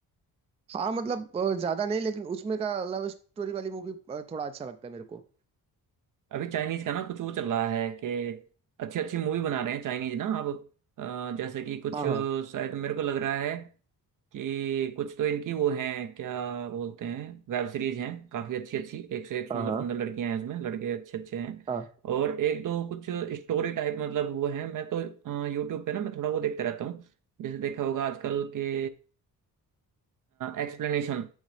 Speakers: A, on the right; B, on the right.
A: हाँ मतलब अ, ज्यादा नहीं लेकिन उसमें का लव स्टोरी वाली मूवी अ, थोड़ा अच्छा लगता है मेरे को
B: अभी चाइनीज का ना कुछ वो चल रहा है कि अच्छी अच्छी मूवी बना रहे हैं चाइनीज ना अब अ, जैसे कि कुछ
A: हाँ हाँ
B: शायद मेरे को लग रहा है कि कुछ तो इनकी वो हैं क्या बोलते हैं वेब सीरीज हैं काफ़ी अच्छी अच्छी एक से एक सुंदर
A: हाँ हाँ
B: सुंदर लड़कियां हैं इसमें लड़के अच्छे अच्छे हैं
A: हाँ
B: और एक दो कुछ स्टोरी टाइप मतलब वो हैं मैं तो यूट्यूब पे ना मैं थोड़ा वो देखता रहता हूँ जैसे देखा होगा आजकल के एक्सप्लेनेशन